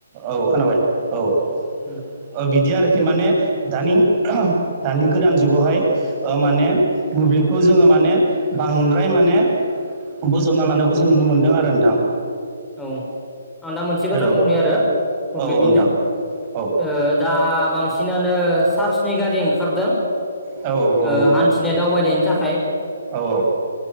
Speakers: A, on the right; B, in the centre.
A: औ खोनाबाय औ
B: उम
A: ओ बिदि आरोखि माने दानि दानि गोदान जुगावहाय औ माने मोब्लिबखौ जोङो माने बांद्राय माने बोजबना लानायखौ जों नुनो मोन्दों आरो नोंथां
B: औ आं दा मोनसे बाथ्रा
A: हेलौ
B: बुंबावनिय आरो मोब्लिबनिनो
A: औ औ नोंथां औ
B: ओ दा बांसिना नो चार्सनि गारि ओंखारदों
A: औ औ
B: ओ
A: नंगौ नोंथां
B: हान्थिनाय दावबायनायनि थाख
A: औ औ